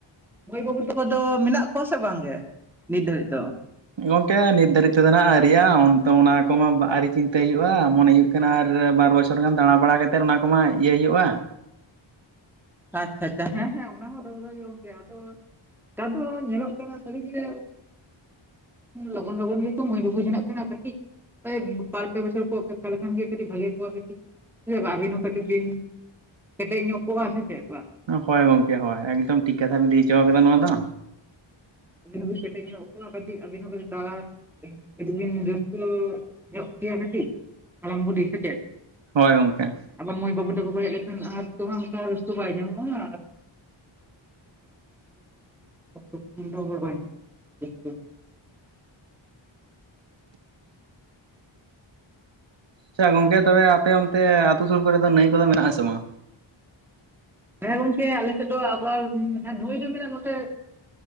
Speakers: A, in the centre; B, on the right.
A: ᱢᱟᱹᱭ ᱵᱟᱹᱵᱩ ᱛᱟᱠᱚ ᱫᱚ ᱢᱮᱱᱟᱜ ᱠᱚᱣᱟ ᱥᱮ ᱵᱟᱝ ᱜᱮ ᱱᱤᱛ ᱫᱷᱟᱹᱨᱤᱡ ᱫᱚ?
B: ᱜᱚᱝᱠᱮ ᱱᱤᱛ ᱫᱷᱟᱹᱨᱤᱡ ᱛᱮᱫᱚ ᱱᱟᱜ ᱟᱭᱨᱤ-ᱟ ᱚᱱᱛᱮ ᱚᱱᱟ ᱠᱚᱢᱟ ᱟᱹᱣᱨᱤ ᱪᱤᱱᱛᱟᱹᱭ ᱦᱩᱭᱩᱜᱼᱟ ᱢᱚᱱᱮ ᱦᱩᱭᱩᱜᱼᱼ ᱦᱩᱭᱩᱜ ᱟᱨ ᱵᱟᱨ ᱵᱚᱪᱷᱚᱨ ᱜᱟᱱ ᱫᱟᱬᱟᱵᱟᱲᱟ ᱠᱟᱛᱮᱫ ᱚᱱᱟ ᱠᱚᱢᱟ ᱤᱭᱟᱹ ᱦᱩᱭᱩᱜᱼᱟ᱾
A: ᱟᱪᱪᱷᱟ ᱟᱪᱪᱷᱟ ᱦᱮᱸ ᱦᱮᱸ ᱚᱱᱟ ᱦᱚᱸ <inaudible> ᱜᱚᱝᱠᱮ ᱟᱫᱚᱼᱼ ᱱᱮᱛᱟᱨ ᱫᱚ ᱧᱮᱞᱚᱜ ᱠᱟᱱᱟ ᱥᱟᱹᱨᱤᱜᱮᱼᱼ ᱞᱚᱜᱚᱱ ᱞᱚᱜᱚᱱ ᱜᱮᱠᱚ ᱢᱟᱹᱭ ᱵᱟᱹᱵᱩ ᱦᱮᱱᱟᱜ ᱠᱟᱱᱟ ᱠᱟᱹᱴᱤᱼᱼ ᱠᱚᱭᱮᱠ ᱵᱟᱨ ᱯᱮ ᱵᱚᱪᱷᱚᱨ ᱚᱯᱮᱠᱠᱷᱟ ᱞᱮᱠᱷᱟᱡ ᱜᱮ ᱠᱟᱹᱤᱡ ᱵᱷᱟᱜᱤ ᱠᱚᱜᱼᱟ ᱠᱟᱹᱴᱤᱡ ᱟᱹᱵᱤᱱ ᱦᱚᱸ ᱠᱟᱹᱴᱤᱡ ᱵᱤᱱᱼᱼ ᱠᱮᱴᱮᱡ ᱧᱚᱜ ᱠᱚᱜᱼᱟ ᱥᱮ ᱪᱮᱫ ᱵᱟ?
B: ᱦᱳᱭ ᱜᱚᱝᱠᱮ ᱦᱳᱭ ᱮᱠᱫᱚᱢ ᱴᱷᱤᱠ ᱠᱟᱛᱷᱟ ᱵᱮ ᱞᱟᱹᱭ ᱪᱚ ᱠᱟᱫᱟ ᱱᱚᱣᱟ ᱫᱚᱼᱼ
A: ᱟᱹᱵᱤᱱ ᱦᱚᱸᱵᱤᱱ ᱠᱮᱴᱮᱡ ᱧᱚᱜ ᱠᱟᱹᱴᱤᱡ ᱟᱹᱵᱤᱱ ᱦᱚᱸ ᱠᱟᱹᱴᱤᱡ ᱫᱟᱞᱟᱞᱼᱼ ᱠᱟᱹᱴᱤᱡ ᱵᱤᱱ ᱨᱟᱹᱥᱠᱟᱹ ᱧᱚᱜ ᱠᱮᱭᱟ ᱠᱟᱹᱴᱤᱡ ᱦᱟᱲᱟᱢ ᱵᱩᱰᱷᱤ ᱥᱮᱪᱮᱫ?
B: ᱦᱳᱭ ᱜᱚᱝᱠᱮ᱾
A: ᱟᱵᱟᱨ ᱢᱟᱹᱭ ᱵᱟᱹᱵᱩ ᱛᱟᱠᱚ ᱠᱚ ᱦᱮᱡ ᱞᱮᱱᱠᱷᱟᱱ ᱟᱨ ᱛᱳ ᱦᱟᱸᱜ ᱚᱱᱠᱟ ᱨᱟᱹᱥᱟᱹ ᱵᱟᱭ ᱧᱟᱢᱚᱜᱼᱟ᱾ <unintelligible> ᱧᱟᱢᱚᱜᱼᱟ <unintelligible>
B: ᱟᱪᱪᱷᱟ ᱜᱚᱝᱠᱮ ᱛᱚᱵᱮ ᱟᱯᱮ ᱚᱱᱛᱮ ᱟᱛᱳ ᱥᱩᱨ ᱠᱚᱨᱮ ᱫᱚ ᱱᱟᱹᱭ ᱠᱚᱫᱚ ᱢᱮᱱᱟᱜ ᱟᱥᱮ ᱵᱟᱝ?
A: ᱦᱮᱸ ᱜᱚᱝᱠᱮ ᱟᱞᱮᱥᱮᱫ ᱫᱚ ᱟᱵᱟᱨ ᱱᱟᱹᱭ ᱫᱚ ᱢᱮᱱᱟᱜ ᱱᱚᱛᱮᱼᱼ